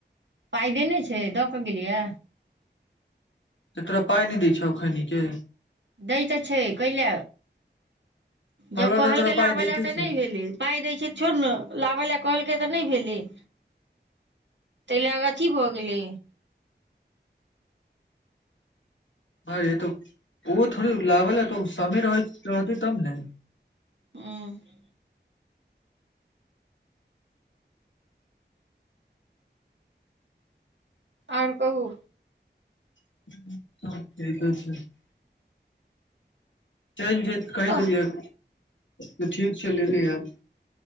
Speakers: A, on the right; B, on the left.
A: पाइ देने नहि छै दऽ कऽ गेलियै
B: तऽ तोरा पाइ नहि दै छौ खैनीके
A: दै तऽ छै कैले
B: हर
A: जब
B: बार
A: कहलके
B: तऽ तोरा पाइ
A: लाबै
B: दैते
A: लए तऽ
B: छै
A: नहि भेलै पाय दै छै छोड़ ने लाबै लऽ कहलकै तऽ नहि भेलैय ताहि ल अथी भऽ गेलै
B: अरे तो ओहो थोड़े लागल ह तऽ समय रहतै तब नऽ
A: <unintelligible> ओर कहू
B: <inaudible> चलि जाएत कहि
A: तऽ
B: देलियै त ठीक छै लेलेआब